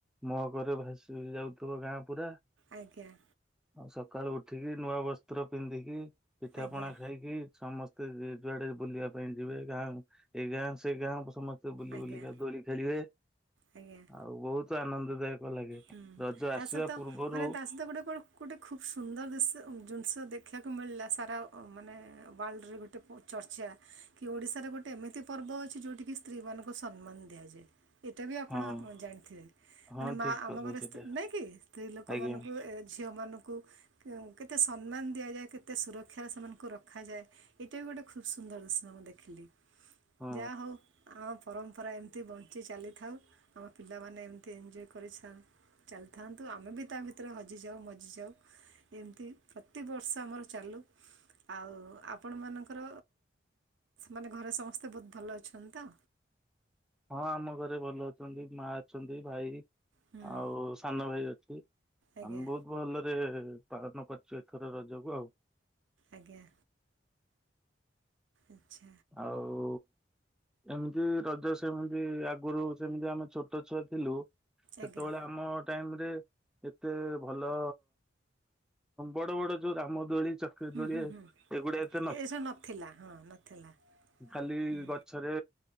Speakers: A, in the centre; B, on the right (about 80°).
A: ମହକରେ ଭାସି ଯାଉଥିବ ଗାଁ ପୁରା।
B: ଆଜ୍ଞା।
A: ଆଉ ସକାଳୁ ଉଠିକି ନୂଆ ବସ୍ତ୍ର ପିନ୍ଧିକି। ପିଠା
B: ଆଜ୍ଞା
A: ପଣା ଖାଇକି ସମସ୍ତେ। ଯୁଆଡେ ବୁଲିବା ପାଇଁ ଯିବେ ଗାଁ ଏଇ ଗାଁ। ସେ ଗାଁ ସମସ୍ତ। ବୁଲି
B: ଆଜ୍ଞା
A: ବୁଲିକା ଦୋଳି ଖେଳିବେ
B: ଆଜ୍ଞା
A: ଆଉ ବହୁତ। ଆନନ୍ଦଦାୟକ। ଲାଗେ।
B: ହୁଁ
A: ରଜ
B: ତା
A: ଆସିବା
B: ସହିତ
A: ପୂର୍ବରୁ
B: ମାନେ ତା ସହିତ ଗୋଟେ ଗୋଟେ ଖୁବ ସୁନ୍ଦର ଜିନିଷ ଦେଖ ଦେଖିବାକୁ ମିଳିଲା ସାରା ମାନେ ୱାର୍ଲଡରେ ଗୋଟେ ଚର୍ଚ୍ଚା କି ଓଡିଶାରେ ଗୋଟେ ଏମିତି ପର୍ବ ଅଛି ଯୋଉଠ କିି ସ୍ତ୍ରୀ ମାନଙ୍କୁ ସମ୍ମାନ ଦିଆଯାଏ। ଏଇଟା ବି ଆପଣ
A: ହଁ
B: ଜାଣିଥିବେ
A: ହଁ
B: ମାନେ ମା।
A: ଠିକ କଥା
B: ଆମ ଘରେ
A: ସେଇଟା
B: ସ୍ତ୍ରୀ ନାଇଁ କି ସ୍ତ୍ରୀ ଲୋକ
A: ଆଜ୍ଞା
B: ମାନଙ୍କୁ ଏଜ୍। ଝିଅମାନଙ୍କୁ କେତେ ସମ୍ମାନ ଦିଆଯାଏ କେତେ ସୁରକ୍ଷାରେ ସେମାନଙ୍କୁ ରଖାଯାଏ ଏଇଟା ବି ଗୋଟେ ଖୁବ ସୁନ୍ଦର ଦର୍ଶନ ମୁଁ ଦେଖିଲି
A: ହଁ
B: ଯାହା ହଉ ଆମ ପରମ୍ପରା ଏମିତି ବଞ୍ଚି ଚାଲିଥାଉ ଆମ ପିଲାମାନେ ଏମିତି ଏଞ୍ଜୟ୍ କରିଥାଉ। ଚାଲିଥାନ୍ତୁ ଆମେ ବି ତା ଭିତରେ ହଜିଯାଉ ମଜିଯାଉ ଏମିତି ପ୍ରତିବର୍ଷ ଆମର ଚାଲୁ ଆଉ ଆପଣମାନଙ୍କର ମାନେ ଘରେ ସମସ୍ତେ ବହୁତ ଭଲ ଅଛନ୍ତି ତ।
A: ହଁ ଆମ ଘରେ ଭଲ ଅଛନ୍ତି ମା ଅଛନ୍ତି ଭାଇ।
B: ହୁଁ
A: ଆଉ ସାନ ଭାଇ ଅଛି
B: ଆଜ୍ଞା
A: ଆମେ ବହୁତ ଭଲରେ। ପାଳନ କରିଛୁ ଏଥର ରଜକୁ ଆଉ।
B: ଆଜ୍ଞା। ଆଛା।
A: ଆଉ ଏମିତି ରଜ ସେମିତି ଆଗରୁ ସେମିତି ଆମେ ଛୋଟ ଛୁଆ ଥିଲୁ
B: ଆଜ୍ଞା
A: ସେତେବେଳେ ଆମ ଟାଇମ ରେ ଏତେ ଭଲ ବଡ ବଡ ଯୋଉ ରାମ ଦୋଳି ଚକ୍ରି ଦୋଳି
B: ହୁଁ ହୁଁ ହୁଁ
A: ଏଗୁଡା ଏତେ
B: ଏସବୁ ନଥିଲା ହଁ ନଥିଲା।
A: ଖାଲି
B: ହୁଁ
A: ଗଛରେ